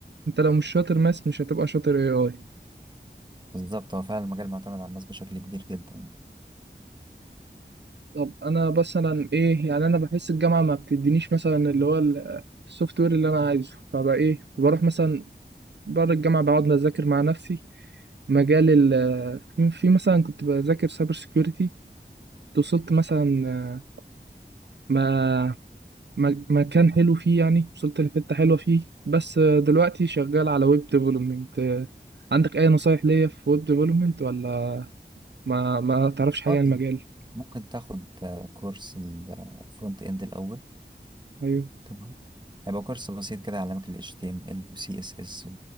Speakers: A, on the right; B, on the right.
A: انت لو مش شاطر ماس مش هتبقى شاطر اي اي
B: بالظبط هو فعلا المجال معتمد على الماس بشكل كبير جدا
A: طب انا مثلا ايه يعني انا بحس الجامعة ما بتدينيش مثلا اللي هو السوفت وير اللي انا عايزه فبقى ايه بروح مثلا بعد الجامعة بقعد بذاكر مع نفسي مجال ال في في مثلا كنت بذاكر سايبر سيكيورتي وصلت مثلا ما ما- مكان حلو فيه يعني وصلت لحتة حلوة فيه بس دلوقتي شغال على ويب ديفلوبمنت عندك أي نصايح ليا في ويب ديفلوبمنت ولا ما ما تعرفش حاجة
B: اه طبعاً.
A: عن المجال؟
B: ممكن تاخد آه، كورس الفرونت اند الاول
A: أيوه
B: تمام هيبقى كورس بسيط كده يعلمك ال HTML و CSS و